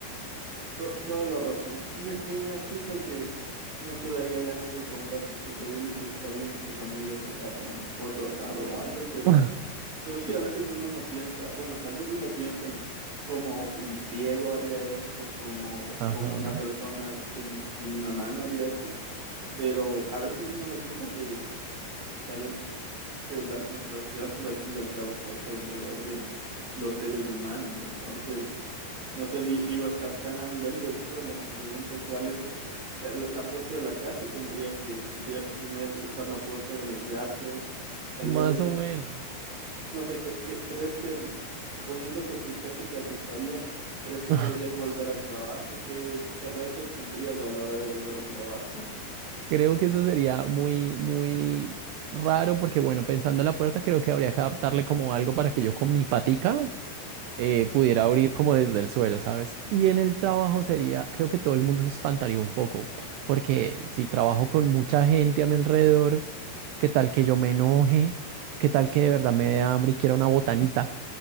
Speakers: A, on the right; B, on the right.
A: To- toda la razón. Me, me imagino que no te daría ganas de comer a tus cocodrilos si es que alguien en tu familia te pasa un pollo asado o algo, pero,
B: <laughs>
A: pero sí, a veces uno no piensa, bueno, tal vez uno piensa en cómo un ciego haría esto, cómo,
B: Ajá.
A: cómo una persona
B: <laughs>
A: sin, sin una mano haría esto, pero a veces uno no piensa que tal vez que la- nuestra sociedad, pues al fin y al cabo, está hecho alrededor de los seres humanos. Entonces, no sé, di- digo, estar tan a nivel del suelo, me pregunto cuál es el- la, la- la puerta de la casa tendría que, tendrías que tener, usar la puerta de los gatos, tal
B: Más
A: vez,
B: o menos.
A: no sé, ¿qué, qué- crees que, suponiendo que tu jefe te aceptaría, crees que
B: <laughs>
A: podrías volver al trabajo? ¿Qué, qué retos tendrías a la hora de volver al trabajo? <laughs>
B: Creo que eso sería muy, muy raro porque, bueno, pensando en la puerta, creo que habría que adaptarle como algo para que yo con mi patica eh, pudiera abrir como desde el suelo, ¿sabes? Y en el trabajo sería, creo que todo el mundo se espantaría un poco, porque si trabajo con mucha gente a mi alrededor, ¿qué tal que yo me enoje? ¿Qué tal que de verdad me dé hambre y quiera una botanita?